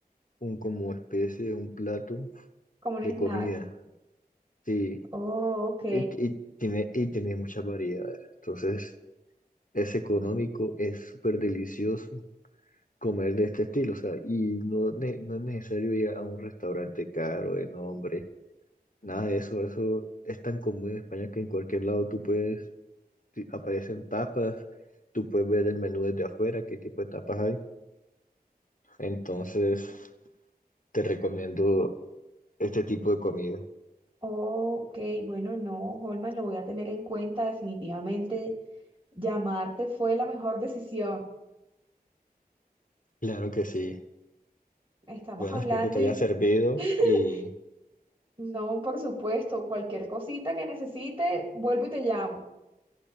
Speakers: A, on the left (about 55°); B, on the right (about 35°).
A: un como especie de un plato
B: como un
A: de
B: snack.
A: comida. Sí,
B: Oh, ok.
A: y, y tiene, y tiene muchas variedades. Entonces, es económico, es súper delicioso comer de este estilo, o sea, y no, ne- no es necesario ir a un restaurante caro, de nombre, nada de eso, eso es tan común en España que en cualquier lado tú puedes, ti- aparecen tapas, tú puedes ver el menú desde afuera, qué tipo de tapas hay, entonces te recomiendo este tipo de comida.
B: Ok, bueno, no, Holman, lo voy a tener en cuenta. Definitivamente llamarte fue la mejor decisión.
A: Claro que sí.
B: Estamos
A: Bueno,
B: hablando
A: espero que te
B: y
A: haya servido
B: <laughs>
A: y
B: no, por supuesto, cualquier cosita que necesite, vuelvo y te llamo.